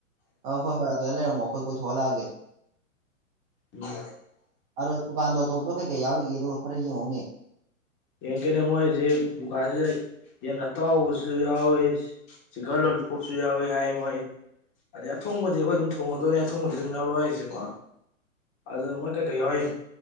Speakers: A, on the right (about 15°); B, on the left (about 25°).
A: ꯑ ꯍꯣꯏ ꯍꯣꯏ ꯑꯗꯨꯗ ꯂꯩꯔꯝꯃꯣ ꯑꯈꯣꯏ ꯀꯣꯏꯊꯣꯛꯍꯂꯛꯑꯒꯦ
B: ꯎꯝ
A: ꯑꯗꯣ ꯗꯨꯀꯥꯟꯗꯣ ꯑꯇꯣꯞꯄꯗꯣ ꯀꯩ ꯀꯩ ꯌꯥꯎꯔꯤꯒꯦꯗꯣ ꯈꯔ ꯌꯦꯡꯉꯛꯎꯅꯦ
B: ꯌꯦꯡꯀꯦꯅꯦ ꯃꯣꯏꯖꯤꯛ ꯗꯨꯀꯥꯟꯖꯤꯗ ꯌꯦꯟ ꯑꯇꯥꯎꯕꯁꯨ ꯌꯥꯎꯔꯤ ꯆꯤꯀꯜ ꯂꯣꯂꯤꯄꯣꯞꯁꯨ ꯌꯥꯎꯔꯤ ꯍꯥꯏ ꯃꯣꯏ ꯑꯗꯩ ꯑꯊꯣꯡꯕꯗꯤ ꯑꯈꯣꯏ ꯑꯗꯨꯝ ꯊꯣꯡꯉꯗꯣꯏꯅꯦ ꯑꯊꯣꯡꯕꯗꯤ ꯑꯗꯨꯝ ꯂꯧꯔꯣꯏꯖꯤꯀꯣ ꯑꯗꯨ ꯃꯣꯏ ꯀꯩꯀꯩ ꯌꯥꯎꯋꯏ